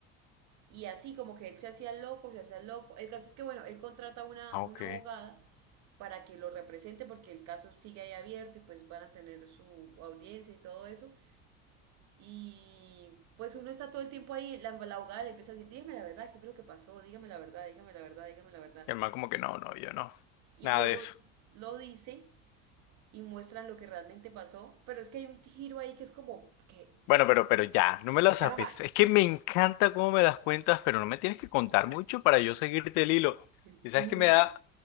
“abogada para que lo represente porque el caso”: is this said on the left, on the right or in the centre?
Right